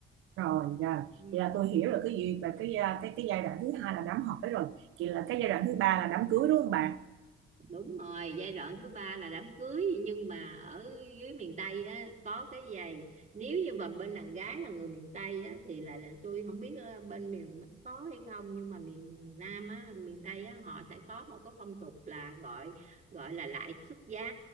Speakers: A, on the right; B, on the right.
A: rồi dạ
B: ừ.
A: vậy là tôi hiểu là cái gì và cái gia- cái cái giai đoạn thứ hai là đám hỏi rồi chỉ là cái giai đoạn thứ ba là đám cưới đúng không bà
B: đúng rồi giai đoạn thứ ba là đám cưới nhưng mà ở dưới miền Tây á có cái giày nếu như mà bên đàn gái là người miền Tây á thì là tôi không biết ờ, bên miền Bắc có hay không nhưng mà miền Nam á miền Tây á họ sẽ có một cái phong tục là gọi gọi là lại xuất giá